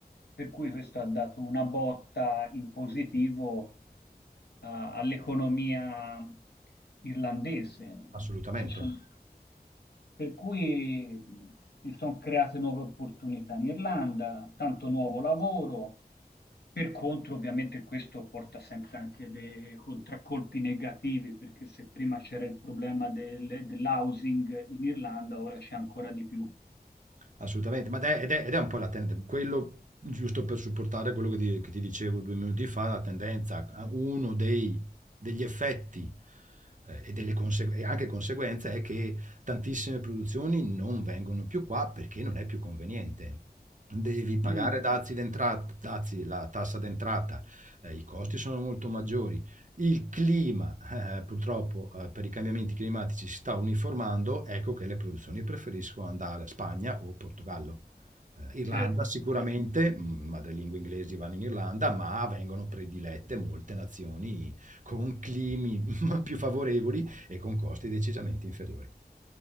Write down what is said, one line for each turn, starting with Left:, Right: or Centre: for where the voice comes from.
Left: per cui questo ha dato una botta in positivo a- all'economia irlandese,
Right: assolutamente.
Left: ci son- per cui si sono create nuove opportunità in Irlanda, tanto nuovo lavoro. Per contro, ovviamente, questo porta sempre anche dei contraccolpi negativi, perché se prima c'era il problema del- dell'housing in Irlanda, ora c'è ancora di più.
Right: Assolutamente, ma de- ed è, ed è un po' la tendenza, quello giusto per supportare quello che ti, che ti dicevo due minuti fa, la tendenza, a- uno dei- degli effetti eh, e, delle conse- e anche conseguenze è che tantissime produzioni non vengono più qua perché non è più conveniente. Devi pagare
Left: Mm,
Right: dazi d'entrata, dazi, la tassa d'entrata, eh, i costi sono molto maggiori, il clima, eh, purtroppo, eh, per i cambiamenti climatici si sta uniformando, ecco che le produzioni preferiscono andare a Spagna o Portogallo. Eh, Irlanda
Left: certo,
Right: sicuramente,
Left: certo.
Right: mh, madrelingua inglesi vanno in Irlanda, ma vengono predilette molte nazioni con climi <laughs> più favorevoli e con costi decisamente inferiori.